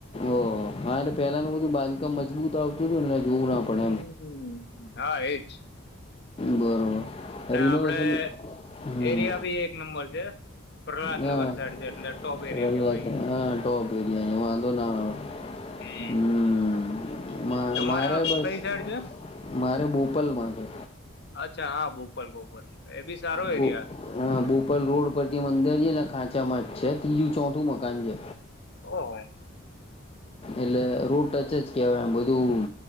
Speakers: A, on the left; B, on the left.
A: ઓહો હા પેલાનું બધું બાંધકામ મજબૂત આવતું હતું જોવું ના પડે
B: હમમ સા એજ <unintelligible>
A: બરોબર
B: ને
A: રિનોવેશન
B: આપડે
A: હમ
B: એરિયા બી એક નંબર છે પ્રહલાદનગર
A: હ
B: સાઈડ છે એટલે ટોપ એરિયા કેવાય
A: ટો એ વાંધો ના આવે
B: હમ
A: હ
B: તમારે
A: મારે
B: કઈ
A: બસ
B: સાઈડ છે
A: મારે બોપલમાં છે.
B: અચ્છા હા બોપલ બોપલ. એ બી સારો
A: હ
B: એરિયા
A: બોપલ રોડ પરથી અન્દર છે ને ખાંચામાં છે ત્રીજું ચોથું મકાન છે.
B: હોય
A: એલે રૂટ ટ ચે જ કહેવાય એમ બધું